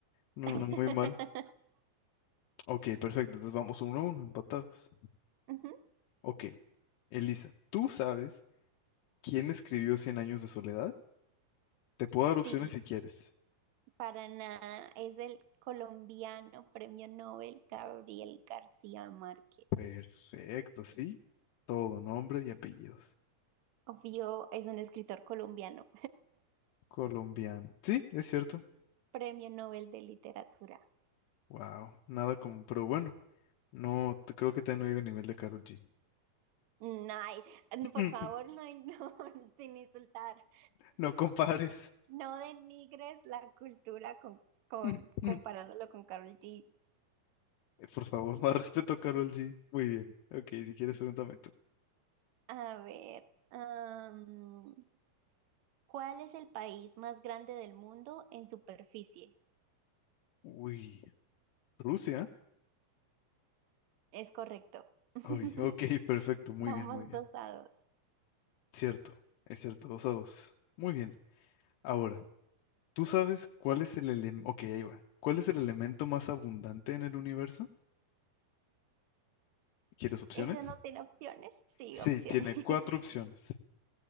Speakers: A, on the left; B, on the right.
A: No,
B: <laughs>
A: no, muy mal. Ok, perfecto. Entonces vamos uno a uno, empatados.
B: Ujú.
A: Ok. Elisa, ¿tú sabes quién escribió Cien años de soledad? Te puedo dar
B: Sí,
A: opciones si quieres.
B: para nada. Es el colombiano premio Nobel Gabriel García Márquez.
A: Perfecto, sí. Todo, nombre y apellidos.
B: Obvio, es un escritor colombiano.
A: Colombiano. Sí, es cierto.
B: <laughs> Premio Nobel de Literatura.
A: Wow, nada como, pero bueno, no te- creo que te no llego al nivel de Karol G.
B: Mm, Ay, no,
A: <laughs>
B: por favor, no, no, <laughs> sin insultar.
A: No compares.
B: No denigres la cultura con, con-
A: <laughs>
B: comparándolo con Karol G.
A: Eh, Por favor, más respeto a Karol G. Muy bien. Ok, si quieres, pregúntame tú.
B: A ver, am, ¿cuál es el país más grande del mundo en superficie?
A: Uy, Rusia.
B: Es correcto. <laughs>
A: Ay, ok, perfecto. Muy
B: Vamos
A: bien, muy bien.
B: dos a dos.
A: Cierto, es cierto, dos a dos. Muy bien. Ahora, ¿tú sabes cuál es el elemento? Ok, ahí va. ¿Cuál es el elemento más abundante en el universo? ¿Quieres opciones?
B: ¿Eso no tiene opciones? Sí,
A: Sí,
B: opciones.
A: tiene
B: <laughs>
A: cuatro opciones.